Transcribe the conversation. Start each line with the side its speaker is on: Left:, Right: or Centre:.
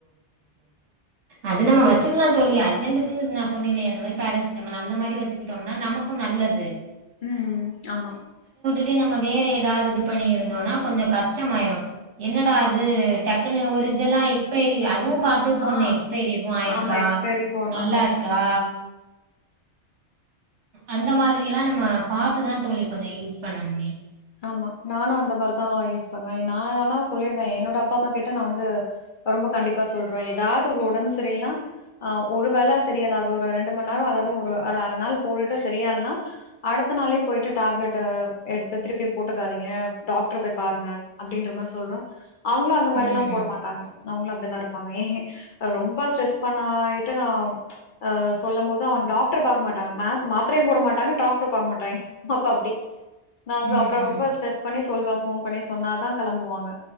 Right: அது நம்ம வச்சுக்கலா தோழி அர்ஜென்டுக்கு நா சொன்னேல்லியா அந்த மாரி பேரசிட்டமால் அந்த மாரி வச்சுக்கிட்டோனா நமக்கு நல்லது
Left: ம் ஆமா
Right: தே நம்ம வேற எதாவது இது பண்ணி இருந்தோனா கொஞ்ச கஷ்டமாயிரு என்னடா அது
Left: ஆமா.
Right: டக் குனு ஒரு இதெல்லா எக்ஸ்பைரி அதுவு பாத்து போண்ணே
Left: ஆ
Right: எக்ஸ்பைரி எதுவு ஆயிடுக்கா
Left: ஆமா எக்ஸ்பைரி போன்
Right: நல்லாருக்கா
Left: ஆமா.
Right: அந்த மாதிரி எல்லா நம்ம பாத்துதா தோழி கொஞ்ச யூஸ் பண்ணணுமே
Left: ஆமா நானு அந்த மார்தா யூஸ் பண்வே நா ஆனா சொல்லிடுவே என்னோட அப்பா அம்மா கிட்ட நா வந்து ரொம்ப கண்டிப்பா சொல்ற எதாவது ஒடம் சரியில்னா ஆ ஒரு வேல சரி எதாவது ஒரு ரெண்டு மண் நேரோ அதாவது ஒரு அற அற நாள் போட்டுட்டு சரியால்னா அடுத்த நாளே போயிட்டு டேப்லெட்டு எடுத் து திருப்பியு போட்டுக்காதீங்க டாக்டர போய் பாருங்க அப்டின்ற மார் சொல்றோ அவுங்ளு அந்த
Right: ம்.
Left: மாரில்லா போட மாட்டாங்க அவுங்களும் அப்டித்தான் இருப்பாங்க ஏன் ரொம்ப ஸ்ட்ரெஸ் பண்ணாயட்டு நான் ஆஹ் சொல்லும் போது அவன் டாக்டர் பாக்க மாட்டாங்க மேம் மாத்திரையும் போட மாட்டாங்க டாக்டர் பாக்க மாட்டாங்க அப்ப அப்டி நான்
Right: ம்,
Left: அப்புறம் ரொம்ப
Right: ம்.
Left: ஸ்ட்ரெஸ் பண்ணி சொல்வே ஃபோன் பண்ணி சொன்னாதான் கிளம்புவாங்க